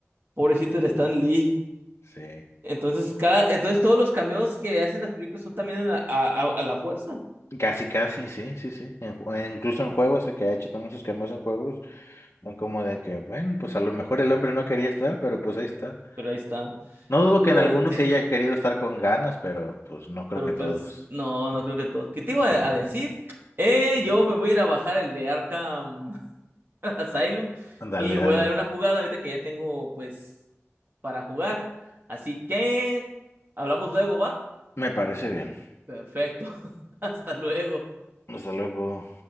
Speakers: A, on the right (about 45°); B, on the left (about 55°).
A: pobrecito el Stan Lee.
B: Sí.
A: Entonces, cada, entonces todos los cameos que hacen las películas son también a, a- a- a la fuerza,
B: Casi, casi, sí, sí, sí. En ju- en- incluso en juegos, el que ha hecho también sus cambios en juegos, son como de que, bueno, pues a lo mejor el hombre no quería estar, pero pues ahí está.
A: pero ahí está.
B: No dudo
A: Te
B: que
A: iba
B: en algunos
A: a decir-
B: sí haya querido estar con ganas, pero pues
A: <laughs>
B: no creo
A: Pero
B: que
A: pues,
B: todos.
A: no, no creo que todos. ¿Qué te iba a a decir? Eh, yo me voy a ir a bajar el de Arkham <laughs> Asylum
B: Dale,
A: y voy
B: dale.
A: a darle una jugada ahorita que ya tengo, pues, para jugar. Así que, hablamos luego, ¿va?
B: Me parece bien.
A: Perfecto. <laughs> Hasta luego.
B: Hasta luego.